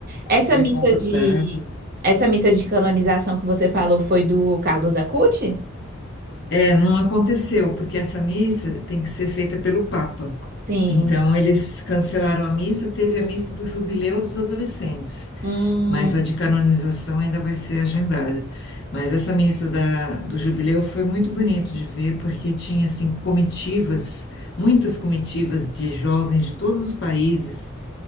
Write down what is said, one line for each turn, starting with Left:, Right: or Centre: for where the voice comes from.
Right: Essa
Left: é
Right: missa
Left: confortável.
Right: de essa missa de canonização que você falou foi do Carlos Acucci?
Left: É, não aconteceu, porque essa missa tem que ser feita pelo Papa.
Right: Sim.
Left: Então eles cancelaram a missa, teve a missa do jubileu dos adolescentes.
Right: Hum,
Left: mas a de canonização ainda vai ser agendada. Mas essa missa da, do jubileu foi muito bonito de ver, porque tinha assim comitivas, muitas comitivas de jovens de todos os países.